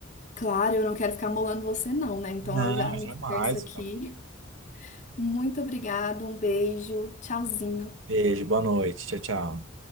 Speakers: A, on the left (about 40°); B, on the right (about 85°).
A: claro, eu não quero ficar molando você, não, né? Então
B: Não,
A: eu já me
B: jamais.
A: despeço aqui. Muito obrigada, um beijo, tchauzinho.
B: Beijo, boa noite. Tchau, tchau.